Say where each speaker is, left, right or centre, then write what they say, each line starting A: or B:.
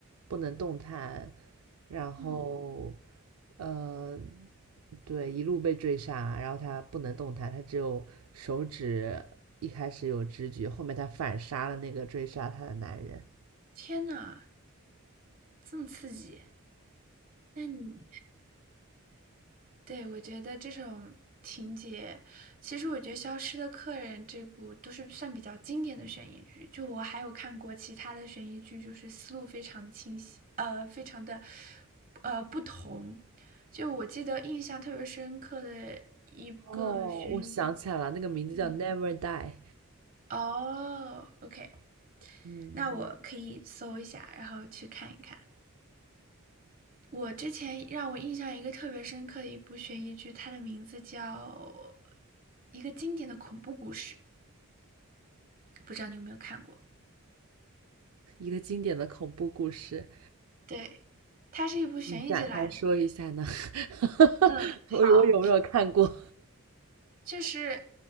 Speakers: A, on the right (about 80°); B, on the right (about 40°).
A: 不能动弹，然后
B: 嗯，
A: 呃，对，一路被追杀，然后她不能动弹，她只有手指一开始有知觉，后面她反杀了那个追杀她的男人。
B: 天呐，这么刺激！那你对我觉得这种情节，其实我觉得《消失的客人》这部都是算比较经典的悬疑剧。就我还有看过其他的悬疑剧，就是思路非常的清晰，呃，非常的呃不同。就我记得印象特别深刻的
A: 哦，
B: 个悬疑，
A: 我想起来了，那个名字叫《Never
B: 嗯，
A: Die》，
B: 哦，OK，
A: 嗯，
B: 那我可以搜一下，然后去看一看。我之前让我印象一个特别深刻的一部悬疑剧，它的名字叫一个经典的恐怖故事，不知道你有没有看过？
A: 一个经典的恐怖故事。
B: 对，它是一部悬疑剧来的。
A: 你展开说一下呢？<laughs>
B: 好。
A: 我我有没有看过？
B: 就是